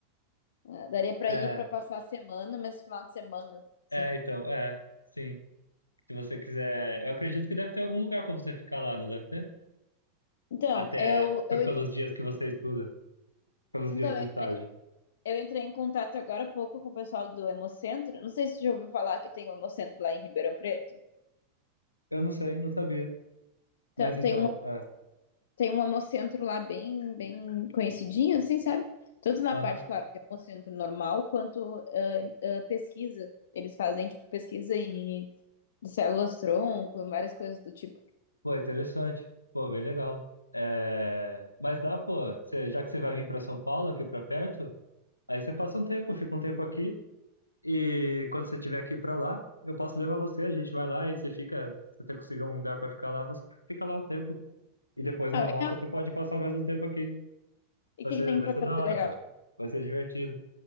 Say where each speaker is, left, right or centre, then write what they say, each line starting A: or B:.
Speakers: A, on the left (about 60°); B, on the left (about 80°).
A: Ah, daria pra
B: É,
A: ir pra passar a semana, mas final de semana, assim.
B: É, então, é, sim. Se você quiser, eu acredito que deve ter algum lugar para você ficar lá, não deve ter?
A: Então,
B: Até
A: eu,
B: p-
A: eu,
B: pelos
A: entre-
B: dias que você estuda, pelos
A: então,
B: dias do
A: eu
B: estágio.
A: eu entrei em contato agora há pouco com o pessoal do Hemocentro. Não sei se você já ouviu falar que tem um Hemocentro lá em Ribeirão Preto.
B: Eu não sei, não sabia.
A: Então,
B: Mas então,
A: tem um,
B: é.
A: tem um Hemocentro lá bem, bem conhecidinho, assim, sabe? Tanto na
B: Aham.
A: parte, claro, de Hemocentro normal, quanto ah, ah, pesquisa. Eles fazem, tipo, pesquisa e de células-tronco, várias coisas do tipo.
B: Pô, interessante. Pô, bem legal. É, mas dá, pô, você- já que você vai vir para São Paulo, aqui para perto, aí você passa um tempo, fica um tempo aqui, e quando você estiver aqui para lá, eu posso levar você, a gente vai lá e você fica, se você conseguir um lugar para ficar lá, você fica lá um tempo. E depois
A: Ah,
B: na
A: legal.
B: volta você pode passar mais um tempo aqui.
A: E
B: Vai
A: o que,
B: ser,
A: que tem
B: vai
A: pra
B: ser
A: fazer
B: da hora,
A: legal?
B: pô. Vai ser divertido.